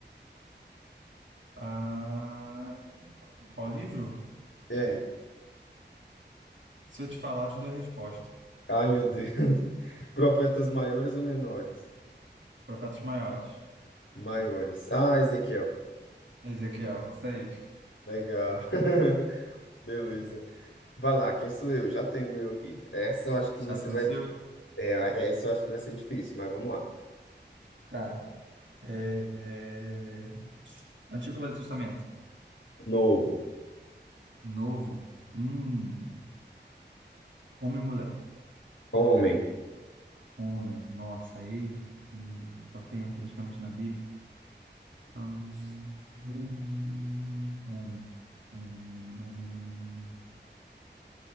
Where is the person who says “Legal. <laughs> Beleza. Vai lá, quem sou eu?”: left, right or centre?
Left